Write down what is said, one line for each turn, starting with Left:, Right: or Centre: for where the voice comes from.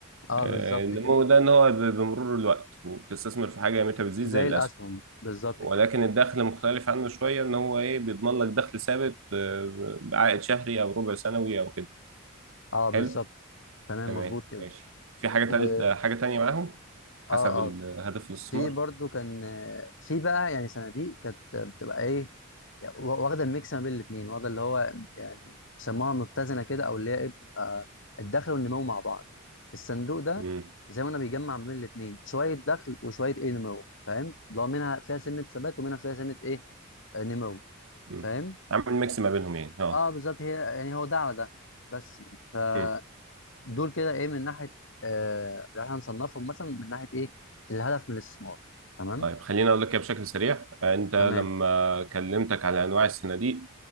Left: اه
Right: آه،
Left: بالظبط
Right: النمو
Left: كده
Right: ده ان هو ب- بمرور الوقت وبتستثمر في حاجه قيمتها بتزيد
Left: زي
Right: زي الاسهم
Left: الاسهم بالظبط
Right: ولكن
Left: كده
Right: الدخل مختلف عنه شويه ان هو ايه بيضمن لك دخل ثابت آه، بعائد شهري او ربع سنوي او كده
Left: اه بالظبط
Right: حلو
Left: تمام
Right: تمام
Left: مظبوط كده
Right: ماشي في حاجه تالت
Left: و
Right: حاجه تانية معاهم حسب
Left: اه
Right: ال-
Left: اه
Right: هدف الاستثمار
Left: في برضو كان آه، في بقى يعني صناديق كانت بتبقى ايه يعني وا- واخده الميكس ما بين الاثنين واخده اللي هو يعني بيسموها متزنه كده او اللي هي ايه بتبقى الدخل والنمو مع بعض الصندوق ده
Right: امم
Left: زي ما انا بيجمع ما بين الاثنين شويه دخل وشويه ايه نمو فاهم اللي هو منها فيها سنه ثبات ومنها فيها سنه ايه آه، نمو
Right: امم
Left: فاهم
Right: عامل ميكس ما بينهم يعني اه
Left: اه بالظبط هي يعني هو ده على ده بس يعني. ف
Right: مم.
Left: دول كده ايه من ناحيه آه لو احنا هنصنفهم مثلا من ناحيه ايه الهدف من الاستثمار تمام
Right: طيب خليني اقول لك كده بشكل سريع آه، انت
Left: تمام
Right: لما كلمتك على انواع الصناديق